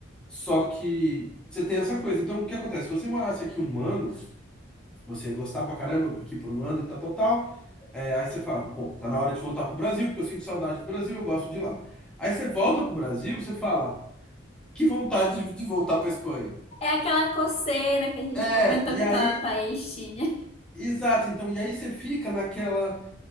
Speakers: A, in the centre; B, on the left.
A: Só que você tem essa coisa. Então, o que acontece? Se você morasse aqui um ano, você ia gostar pra caramba aqui por um ano e tal, tal, tal. É, aí você fala, bom, tá na hora de voltar pro Brasil, porque eu sinto saudade do Brasil, eu gosto de lá. Aí você volta pro Brasil, você fala, que vontade de, de voltar pra Espanha.
B: É aquela coceira que a gente
A: É,
B: comentou
A: e
B: que
A: aí,
B: tá, Thaís tinha.
A: exato. Então, e aí você fica naquela,